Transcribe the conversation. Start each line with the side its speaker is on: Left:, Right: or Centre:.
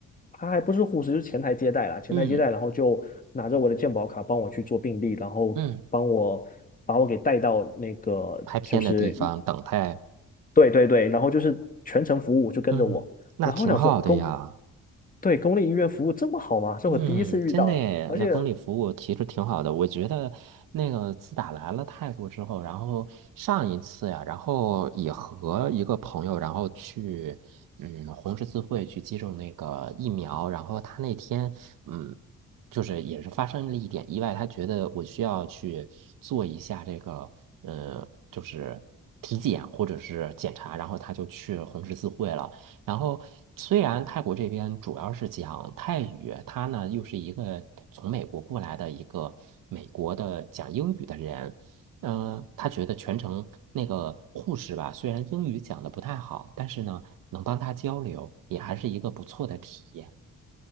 Left: 他还不是护士，就是前台接待啦，前台接待，
Right: 嗯
Left: 然后就拿着我的健保卡帮我去做病历，然后帮我把我给带到那个就是医
Right: 嗯，拍片的地方等待，
Left: 对对对，然后就是全程服务就跟着我，
Right: 嗯，那挺好的呀。
Left: 然后我想说公，对，公立医院服务这么好吗？是我第一次遇到，
Right: 嗯，真的耶，
Left: 而且
Right: 那公立服务其实挺好的。我觉得那个自打来了泰国之后，然后上一次呀，然后也和一个朋友，然后去嗯红十字会去接种那个疫苗，然后他那天嗯就是也是发生了一点意外，他觉得我需要去做一下这个呃就是体检或者是检查，然后他就去红十字会了。然后，虽然泰国这边主要是讲泰语，他呢又是一个从美国过来的一个美国的讲英语的人，嗯、他觉得全程那个护士吧，虽然英语讲的不太好，但是呢能帮他交流，也还是一个不错的体验。